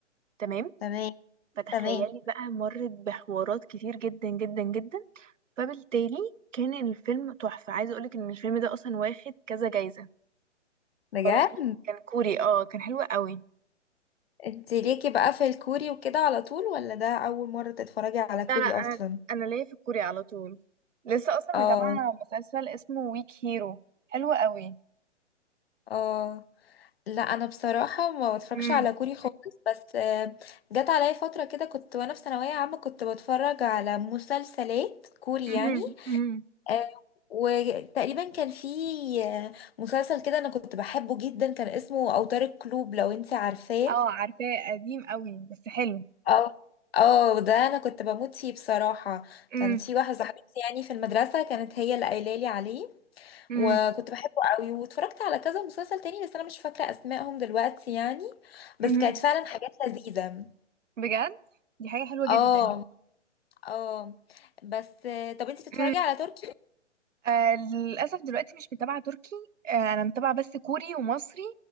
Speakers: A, on the right (about 85°); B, on the left (about 55°).
A: تمام
B: تمام
A: فتخيلي
B: تمام
A: بقى مرت بحوارات كتير جدا جدا جدا فبالتالي كان الفيلم تحفة عايزة أقولك إن الفيلم ده أصلا واخد كذا جايزة
B: بجد
A: فرهيب كان كوري اه كان حلو قوي
B: انتي ليكي بقى في الكوري وكده على طول ولا ده أول مرة تتفرجي على كوري
A: لا لا انا
B: أصلا؟
A: انا ليا في الكوري على طول لسه اصلا
B: اه
A: متابعه مسلسل اسمه ويك هيرو حلو قوي
B: اه لا أنا بصراحة ما بتفرجش
A: امم
B: على كوري خالص بس آه، جت عليا فترة كده كنت وأنا في ثانوية عامة كنت بتفرج على مسلسلات كوري
A: امم
B: يعني
A: امم
B: آه، وتقريبا كان في آه، مسلسل كده أنا كنت بحبه جدا كان اسمه أوتار الكلوب لو انتي عارفاه
A: اه عارفاه قديم قوي بس حلو
B: اه اه ده انا كنت بموت فيه بصراحة
A: امم
B: كانت في واحدة صاحبتي يعني في المدرسة كانت هي اللي قايله لي عليه
A: امم
B: وكنت بحبه قوي واتفرجت على كذا مسلسل تاني بس انا مش فاكرة اسمائهم دلوقتي يعني بس
A: امم
B: كانت فعلا حاجات لذيذة
A: بجد دي حاجه حلوه جدا
B: اه اه بس طب انتي بتتفرجي
A: امم
B: على تركي
A: آه للاسف دلوقتي مش متابعه تركي آه انا متابعه بس كوري ومصري